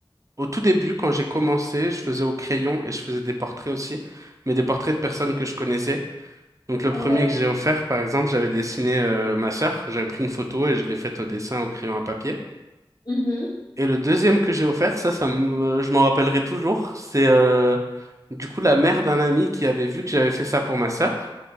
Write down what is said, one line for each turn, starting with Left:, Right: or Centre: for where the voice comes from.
Right: au tout début, quand j'ai commencé, je faisais au crayon et je faisais des portraits aussi, mais des portraits de personnes que je connaissais. Donc le
Left: Ah
Right: premier
Left: Ouais.
Right: que j'ai offert, par exemple, j'avais dessiné euh, ma sœur, j'avais pris une photo et je l'ai faite au dessin au crayon à papier.
Left: Mhm.
Right: Et le deuxième que j'ai offert, ça, ça me, euh, je m'en rappellerai toujours, c'est euh, du coup la mère d'un ami qui avait vu que j'avais fait ça pour ma sœur